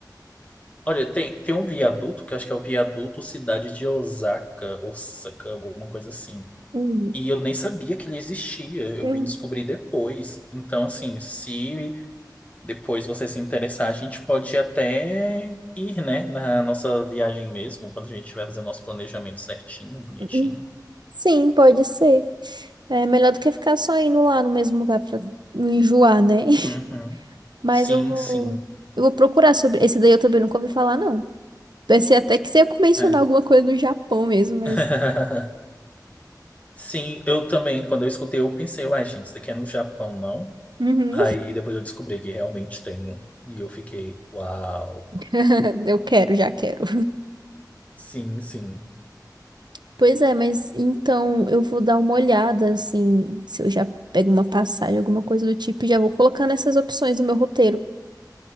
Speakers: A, on the left; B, on the right.
A: Olha, tem, tem um viaduto, que eu acho que é o viaduto Cidade de Osaka, Osaka, alguma coisa assim.
B: Hum,
A: E eu nem sabia que ele existia, eu
B: hum,
A: vim descobrir depois. Então, assim, se depois você se interessar, a gente pode até ir, né, na nossa viagem mesmo, quando a gente tiver fazendo nosso planejamento certinho, bonitinho.
B: hum. Sim, pode ser. É melhor do que ficar só indo lá no mesmo lugar pra não enjoar, né? <laughs>
A: Uhum.
B: Mas
A: Sim,
B: eu vou,
A: sim.
B: eu vou procurar sobre. Esse daí eu também nunca ouvi falar, não. Pensei até que você ia mencionar
A: É.
B: alguma coisa do Japão mesmo, mas.
A: <laughs> Sim, eu também, quando eu escutei, eu pensei, uai, gente, isso daqui é no Japão, não?
B: Uhum.
A: Aí depois eu descobri que realmente tem um. E eu fiquei, uau.
B: <laughs> Eu quero, já quero.
A: Sim, sim.
B: Pois é, mas então eu vou dar uma olhada, assim, se eu já pego uma passagem, alguma coisa do tipo, e já vou colocar nessas opções do meu roteiro.